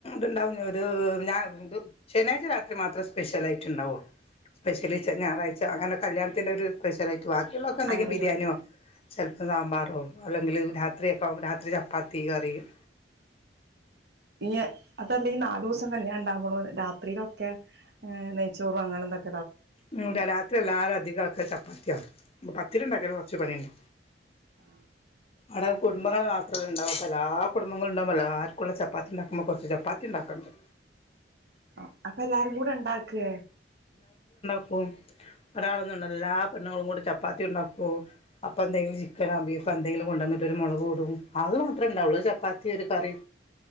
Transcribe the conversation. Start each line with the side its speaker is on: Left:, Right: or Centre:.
Left: ഇത്ണ്ടാവുന്ന ഇത് ഞാ ഇത് ശനിയാഴ്ച രാത്രി മാത്രമേ സ്പെഷ്യൽ ഐറ്റം ഉണ്ടാവുള്ളൂ സ്പെഷ്യല് ഞായറഴ്ച അങ്ങനെ കല്യാണത്തിൻറെ ഒരു സ്പെഷലായി ബാക്കിയുള്ളൊക്കെ എന്തെങ്കില
Right: അംഗൻവാടി
Left: ബിരിയാണിയോ ചെല സാമ്പാറോ അല്ലെങ്കില് രാത്രിയൊക്ക രാത്രി ചപ്പാത്തി കറിയും
Right: ഇയ്യേ അതല്ലേ ഈ നാലോസം കല്യാണുണ്ടാകുള്ളൂ രാത്രിയിലൊക്കെ ഏ നെയ്ച്ചോറും അങ്ങനെന്തൊക്കെ
Left: മ്മ് ഇല്ല രാത്രി എല്ലാരും അധികം ആക്കല് ചപ്പാത്തിയാ പത്തിരിണ്ടാക്കല് ച്ച് പണിണ്ട്
Right: ആ
Left: അടെ കുടുംബങ്ങൾ മാത്രമല്ല ഉണ്ടാവപ്പൊ എല്ലാ കുടുംബങ്ങളൾ ഉണ്ടാവുമ്മോ എല്ലാരും കുള്ള ചപ്പാത്തിയുണ്ടാക്കുമ്പ കൊറച്ച് ചപ്പാത്തി ഉണ്ടാക്കണുണ്ട്
Right: ആ അപ്പൊ എല്ലാരും കൂടെ ഉണ്ടാക്ക്കെ
Left: ഒരാളൊന്നും ഉണ്ടാക്കില്ല എല്ലാ പെണ്ണുങ്ങളും കൂടെ ചപ്പാത്തി ഉണ്ടാക്കോ അപ്പൊ എന്തെങ്കിലും ചിക്കനോ ബീഫോ എന്തെങ്കിലും കൊണ്ടുവന്നിട്ട് ഒരു മുളക് കൂടും അത് മാത്രമേ ഉണ്ടാവുള്ളൂ ഒരു ചപ്പാത്തി ഒരു കറി